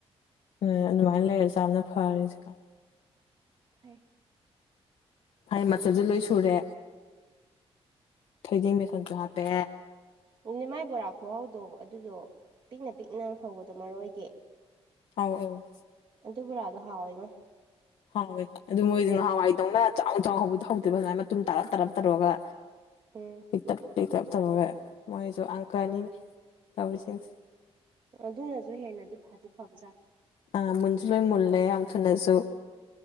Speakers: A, on the left; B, on the right.
A: ꯎꯝ ꯑꯗꯨꯃꯥꯏꯅ ꯂꯩꯔꯦ ꯆꯥꯅ ꯐꯔꯦ ꯍꯧꯖꯤꯛꯀꯥꯟ
B: ꯍꯥꯏ꯫
A: ꯍꯥꯏꯗꯤ ꯃꯆꯜꯖꯨ ꯂꯣꯏ ꯁꯨꯔꯦ ꯊꯣꯏꯗꯤꯡ ꯕꯁꯣꯟꯖꯨ ꯍꯥꯞꯄꯦ꯫
B: ꯅꯦꯃꯥꯏ ꯕꯣꯔꯥ ꯈꯨꯍꯧꯗꯣ ꯑꯗꯨꯗꯣ ꯄꯤꯛꯅ ꯄꯤꯛꯅ ꯍꯧꯕꯗꯣ ꯃꯔ ꯑꯣꯏꯒꯦ
A: ꯑ ꯑ
B: ꯑꯗꯨ ꯕꯣꯔꯥꯗꯣ ꯍꯥꯎꯋꯦꯉꯣ꯫
A: ꯍꯥꯎꯋꯦ ꯑꯗꯨ ꯃꯣꯏꯖꯨ ꯉꯍꯋꯥꯏꯗꯧꯅ ꯆꯥꯎ ꯆꯥꯎ ꯍꯧꯕꯗꯣ ꯍꯧꯗ꯭ꯔꯤꯕ ꯑꯗꯨꯃꯥꯏꯅ ꯃꯇꯨꯝ ꯇꯥꯔꯞ ꯇꯥꯔꯞ ꯇꯧꯔꯒ
B: ꯎꯝ
A: ꯄꯤꯞ ꯄꯤꯛꯇ ꯎꯞ ꯇꯧꯔꯒ ꯃꯣꯏꯁꯨ ꯑꯪꯀ ꯑꯅꯤꯅꯤ ꯇꯧꯔꯤꯁꯤꯡꯁ
B: ꯑꯗꯨꯅꯁꯨ ꯍꯦꯟꯅꯗꯤ ꯐꯗꯤ ꯐꯕꯖꯥꯠꯅꯤ
A: ꯑ ꯃꯨꯟꯖꯨ ꯂꯣꯏ ꯃꯨꯜꯂꯦ ꯌꯥꯝ ꯊꯨꯅꯁꯨ